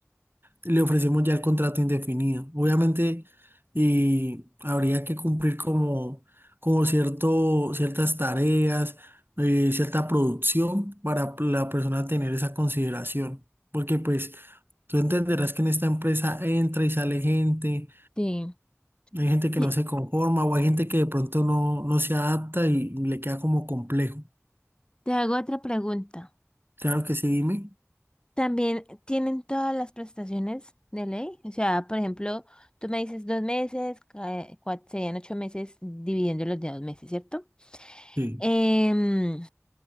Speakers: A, on the right; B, on the left.
A: le ofrecemos ya el contrato indefinido. Obviamente, y habría que cumplir como, como cierto, ciertas tareas, eh, cierta producción para la persona tener esa consideración. Porque pues tú entenderás que en esta empresa entra y sale gente,
B: Sí.
A: hay gente que
B: Sí.
A: no se conforma o hay gente que de pronto no, no se adapta y le queda como complejo.
B: Te hago otra pregunta.
A: Claro que sí, dime.
B: ¿También tienen todas las prestaciones de ley? O sea, por ejemplo, tú me dices dos meses, ca- cua- serían ocho meses dividiéndolos de dos meses, ¿cierto?
A: Sí,
B: Em,